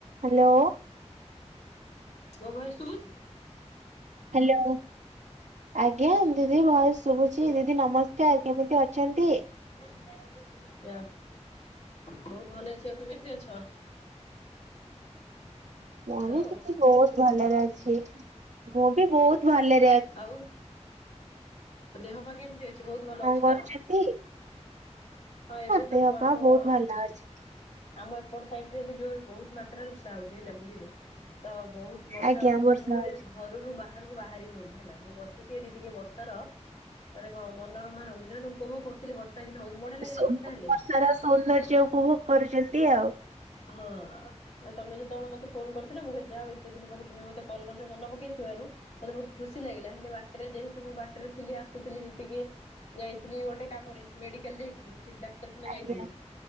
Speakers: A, on the right; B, on the left.
A: Hello.
B: ଗଉଇ ଶୁଭୁଚି।
A: Hello. ଆଜ୍ଞା ଦିଦି ଭଏସ୍‌ ଶୁଭୁଚି ଦିଦି ନମସ୍କାର କେମିତି ଅଛନ୍ତି।
B: ଲେଟ୍ ନାଇଟିରେ ଯିବୁ। ଡା ବହୁତ ଭଲ ଅଛ ଆଉ ତୁମେ କେମତି ଅଛ।
A: ମୁଁ
B: ହ୍ୟାଲୋ
A: ବି ସେଠି ବହୁତ ଭଲରେ ଅଛି ମୁଁ ବି ବହୁତ ଭଲେ
B: ଆଉ ଦେହ ପା କେମିତି ବହୁତ
A: ଆଉ
B: ଭଲ
A: କଣ
B: ଅଛି
A: କରୁଛନ୍ତି?
B: ତ ହଁ ଏବେ
A: ଦେହ
B: ତ
A: ପା
B: ଆମ
A: ବହୁତ ଭଲ ଅଛି
B: ଆମ ଏପଟ ସାଇଡ ରେ ଏବେ ଜୋର ବହୁତ ମାତ୍ରାରେ ବର୍ଷା ହଉଛି ହେଲା ବୁଝିଲେ। ତ ବହୁତ ବର୍ଷା
A: ଆଜ୍ଞା
B: ହଉଛି
A: ବର୍ଷା
B: ତ ମୁଁ
A: ହଉଛି
B: ଏଠି ଘରୁରୁ ବାହାରକୁ ବାହାରି ହଉନି। ହେଲା ମୁଁ ବସିକି ଏଠି ଟିକେ ବର୍ଷାର ମାନେ ମନୋରମା ଦେନ୍‌ ଉପଭୋଗ କରୁଥିଲି ବର୍ଷା। ହଉଛି <unintelligible>
A: ସୋପ୍
B: ହେଲେ।
A: ବର୍ଷାର ସୌନ୍ଦର୍ଯ୍ୟ ଉପଭୋଗ କରୁଛନ୍ତି ଆଉ
B: ହଁ ଆ ତମେ ଯେତେବେଳେ ମତେ ଫୋନ କରିଥିଲ ମୁଁ କହିଲିଯାହା ହଉ ଏତେ ଦିନ ପରେ ତୁମେ ମତେ କଲ୍ କରିଛ ମନେ ପକେଇଥିବାରୁ। ମୋତେ ବହୁତ ଖୁସି ଲାଗିଲା ହେଲେ ବାଟରେ ଯେହେତୁ ମୁଁ ବାଟରେ ଥିଲି ଆସୁଥିଲି ଯେଟିକି। ଯାଇଥିଲି ଗୋଟେ କାମରେ ମେଡିକାଲ ଯାଇଥିଲି ବୁଝିଲି ଡାକ୍ତରଖାନା
A: ଆଜ୍ଞା
B: ଯାଇଥିଲି